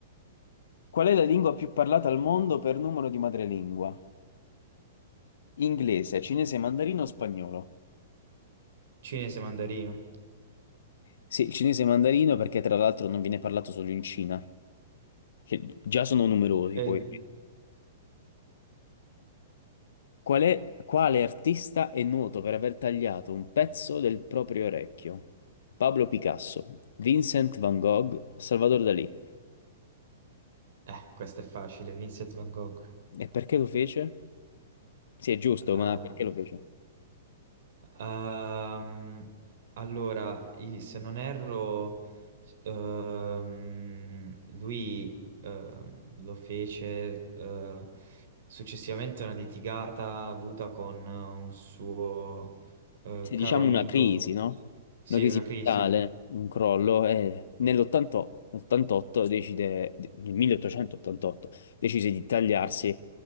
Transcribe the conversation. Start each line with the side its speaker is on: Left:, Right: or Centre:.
Left: Qual è la lingua più parlata al mondo per numero di madrelingua? Inglese, cinese, mandarino o spagnolo?
Right: Cinese mandarino.
Left: Sì, il cinese mandarino perché tra l'altro non viene parlato solo in Cina, che già sono numerosi
Right: Eh,
Left: poi. Qual è- quale artista è noto per aver tagliato un pezzo del proprio orecchio? Pablo Picasso, Vincent van Gogh, Salvador Dalì.
Right: Eh, questo è facile, Vincent Van Gogh.
Left: E perché lo fece? Sì, è giusto,
Right: Ah,
Left: ma perché lo fece?
Right: ehm, allora, i- se non erro, s- ehm, lui ehm, lo fece eh, successivamente a una litigata avuta con eh, un suo eh,
Left: se
Right: caro
Left: diciamo
Right: amico.
Left: una crisi, no?
Right: Sì,
Left: Una crisi
Right: una crisi.
Left: mentale, un crollo, e nell'88 decide, nel 1888 decise di tagliarsi